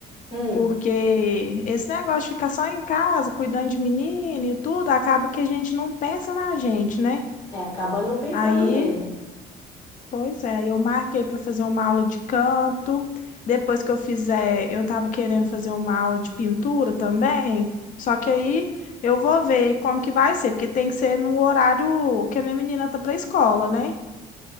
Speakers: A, on the left; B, on the left.
A: Hum,
B: porque esse negócio de ficar só em casa, cuidando de menino e tudo, acaba que a gente não pensa na gente, né?
A: é, acaba não pensando
B: Aí
A: mesmo.
B: Pois é, eu marquei para fazer uma aula de canto. Depois que eu fizer, eu estava querendo fazer uma aula de pintura também. Só que aí eu vou ver como que vai ser, porque tem que ser no horário que a minha menina tá para a escola, né?